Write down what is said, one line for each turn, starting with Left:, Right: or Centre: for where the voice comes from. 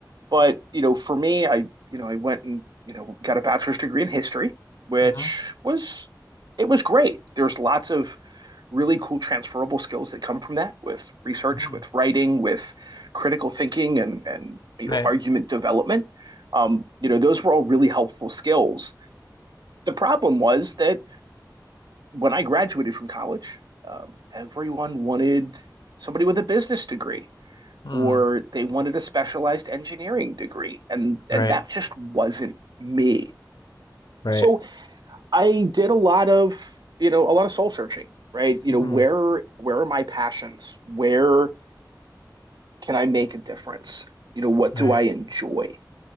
Right: But you know, for me, I you know, I went and you know got a bachelor's degree in history, which
Left: hmm
Right: was it was great. There's lots of really cool transferable skills that come from that with research,
Left: hmm
Right: with writing, with critical thinking and and you
Left: Right.
Right: know, argument development. Um, you know, those were all really helpful skills. The problem was that when I graduated from college, um, everyone wanted somebody with a business degree
Left: Mm-hmm.
Right: or they wanted a specialized engineering degree, and and
Left: Right.
Right: that just wasn't me.
Left: Right.
Right: So I did a lot of, you know, a lot of soul searching, right? You
Left: hmm
Right: know, where where are my passions? Where can I make a difference? You know, what
Left: Right.
Right: do I enjoy?